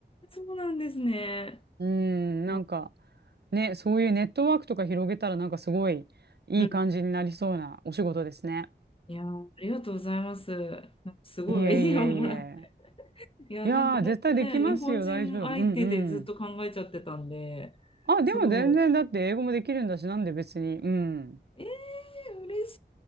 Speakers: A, on the left (about 30°); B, on the right (about 60°).
A: そうなんですね。
B: うん、なんか
A: あ
B: ね、そういうネットワークとか広げたらなんかすごいいい感じになりそうなお仕事ですね。
A: うん、いやー、ありがとうございます。なんかすごい
B: いえいえいえ。
A: <laughs> アイディアをもらって。いや、
B: いやー、
A: なんか本当ね、
B: 絶対できますよ、
A: 日本人相手でずっと考えちゃってたんで、
B: 大丈夫。うんうん。あ、でも全然、
A: そ
B: だって英語もできるんだし、なんで別に。うん。
A: う。えー、嬉